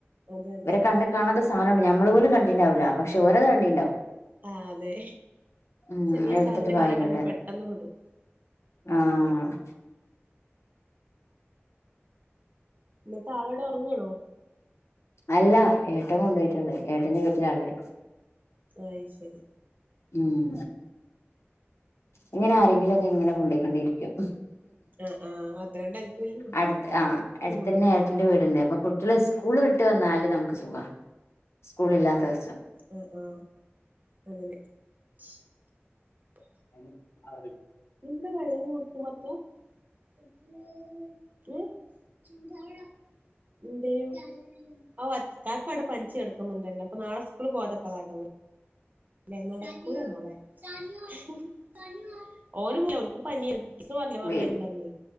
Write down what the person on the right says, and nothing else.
അതെ അതെ
ആ അതെ
ചെറിയ
സാധനൊക്കെ
അവരെ കണ്ണിൽ പെട്ടെന്ന് പെടും
ന്ന്ട്ട് ആളെട ഒറങ്ങാണോ
ആയി ശരി
ആ ആ അതുകൊണ്ട് അനക്ക് വലിയ
ബുദ്ധിമുട്ടുണ്ടാവില്ല
ആ ആ അങ്ങനെ <inaudible>
എന്താ വെള്ളങ്ങ കൊടുക്ക പാത്തു <unintelligible> ഉം <unintelligible> എന്തേനും ആ അക്കക്ക് അവിടെ പനിച്ചെടുക്കുന്നുണ്ടല്ലോ അപ്പൊ നാളെ സ്കൂള് പോകാത്ക്കാള്ളടവ് അല്ല നോ <unintelligible> മോളെ <unintelligible> ഓര് പോല അവനിക്ക് പനി എ പറില്ലേ പറഞ്ഞണ്ടാന്ന